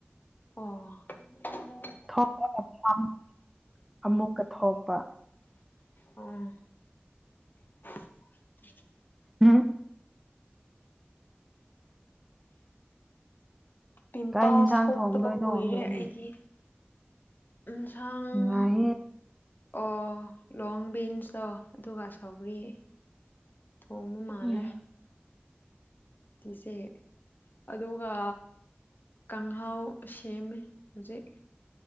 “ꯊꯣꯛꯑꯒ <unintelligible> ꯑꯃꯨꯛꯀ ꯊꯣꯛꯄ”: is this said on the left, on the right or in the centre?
Centre